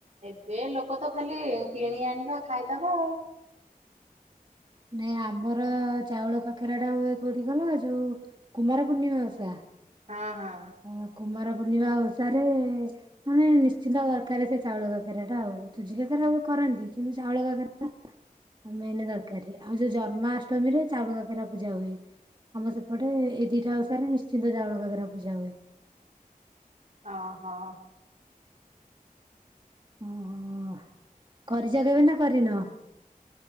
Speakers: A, on the right; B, on the right.
A: ଏବେ ଲୋକ ତ ଖାଲି କିଣି ଆଣିବା ଖାଇବାର।
B: ନାଇ ଆମର ଚାଉଳ କାଖେରା ଟା ହୁଏ କୋଉଠି ଗଲ ଯୋଉ କୁମାର ପୂର୍ଣ୍ଣିମା ଓଷା।
A: ହଁ ହଁ।
B: ଅ କୁମାର ପୂର୍ଣ୍ଣିମା ଅସାରେ। ମାନେ ନିଶ୍ଚିନ୍ତ ଦରକାର ସେ ଚାଉଳ କକେରା ଟା ଆଉ ତୁଜି କାକେରା କରନ୍ତି କିନ୍ତୁ ଚାଉଳ କାକେରା ଆ ମେନ୍ ଦରକାର ଆଉ ଯୋଉ ଜନ୍ମାଷ୍ଟମୀ ରେ ଚାଉଳ କାକିରା ପୂଜା ହୁଏ। ଆମ ସେପଟେ ଏଇ ଦିଟା ଅନୁସାରେ ନିଶ୍ଚିନ୍ତ ଜାଉଳ କାଗରା ପୂଜା ହୁଏ।
A: ଓ ହୋ।
B: ଓ କରିଛ କେବେ ନା କରିନ।